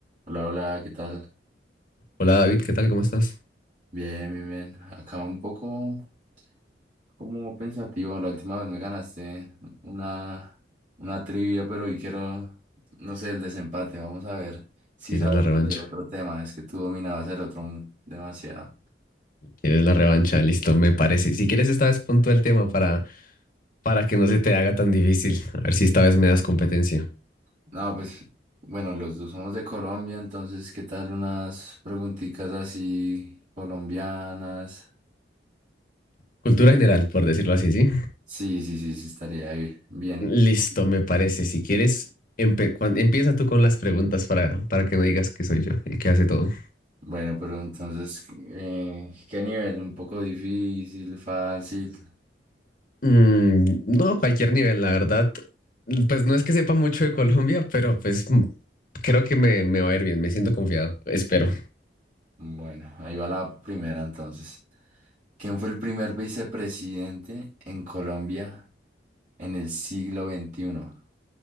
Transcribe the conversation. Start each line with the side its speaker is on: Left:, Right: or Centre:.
Right: Hola, hola, ¿qué tal?
Left: Hola David, ¿qué tal? ¿Cómo estás?
Right: Bien, bien, bien. Acá un poco como pensativo. La última vez me ganaste una, una trivia, pero hoy quiero, no sé, el desempate. Vamos a ver si
Left: ¿Quieres
Right: sabes
Left: la revancha?
Right: de otro tema. Es que tú dominabas el otro demasiado.
Left: ¿Quieres la revancha? Listo, me parece. Si quieres, esta vez pon tú el tema para, para que no se te haga tan difícil. A ver si esta vez me das competencia.
Right: No, pues bueno, los dos somos de Colombia, entonces, ¿qué tal unas preguntitas así colombianas?
Left: Cultura general, por decirlo así, ¿sí?
Right: Sí, sí, sí, sí, estaría bien.
Left: Listo, me parece. Si quieres, empe- cuan- empieza tú con las preguntas para, para que no digas que soy yo el que hace todo.
Right: Bueno, pero entonces, eh, ¿qué nivel? ¿Un poco difícil, fácil?
Left: Mm, no, cualquier nivel, la verdad. Pues no es que sepa mucho de Colombia, pero pues mm, creo que me, me va a ir bien. Me siento confiado. Espero.
Right: Bueno, ahí va la primera entonces. ¿Quién fue el primer vicepresidente en Colombia en el siglo XXI?